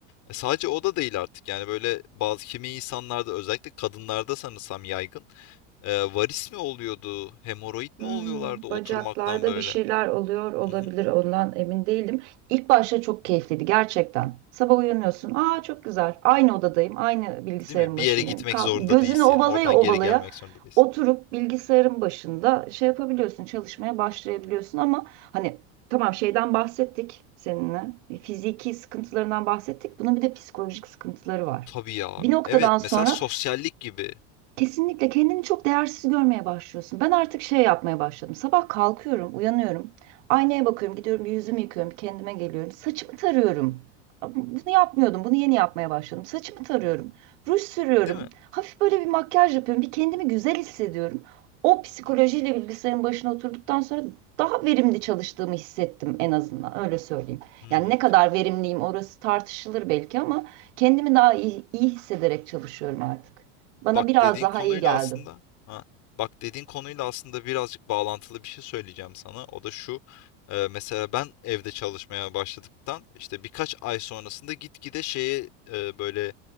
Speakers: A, on the left (about 55°); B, on the right (about 75°).
A: E, sadece o da değil artık yani böyle bazı kimi insanlarda özellikle kadınlarda sanırsam yaygın Eee, varis mi oluyordu? Hemoroid mi
B: Hmm,
A: oluyorlardı oturmaktan
B: bacaklarda
A: böyle?
B: bir şeyler oluyor olabilir
A: Hı hı.
B: ondan emin değilim. İlk başta çok keyifliydi gerçekten. Sabah uyanıyorsun. Aa çok güzel. Aynı odadayım. Aynı bilgisayarın
A: Değil mi? Bir
B: başındayım.
A: yere gitmek
B: Kaldım.
A: zorunda
B: Gözünü
A: değilsin.
B: ovalaya
A: Oradan
B: ovalaya
A: geri gelmek zorunda değilsin.
B: oturup bilgisayarın başında şey yapabiliyorsun. Çalışmaya başlayabiliyorsun ama hani tamam şeyden bahsettik seninle. Fiziki sıkıntılarından bahsettik. Bunun bir de psikolojik sıkıntıları var.
A: Tabii ya.
B: Bir noktadan
A: Evet.
B: sonra
A: Mesela sosyallik gibi.
B: Kesinlikle kendini çok değersiz görmeye başlıyorsun. Ben artık şey yapmaya başladım. Sabah kalkıyorum, uyanıyorum. Aynaya bakıyorum, gidiyorum bir yüzümü yıkıyorum, kendime geliyorum. Saçımı tarıyorum. Bunu yapmıyordum, bunu yeni yapmaya başladım. Saçımı tarıyorum, ruj sürüyorum.
A: Değil mi?
B: Hafif böyle bir makyaj yapıyorum, bir kendimi güzel hissediyorum. O psikolojiyle bilgisayarın başına oturduktan sonra daha verimli çalıştığımı hissettim en azından, öyle söyleyeyim.
A: Hmm.
B: Yani ne kadar verimliyim orası tartışılır belki ama kendimi daha iyi, iyi hissederek çalışıyorum artık. Bana
A: bak
B: biraz
A: dediğin
B: daha
A: konuyla
B: iyi geldi.
A: aslında ha, bak dediğin konuyla aslında birazcık bağlantılı bir şey söyleyeceğim sana. O da şu. e, mesela ben evde çalışmaya başladıktan işte birkaç ay sonrasında gitgide şeye e, böyle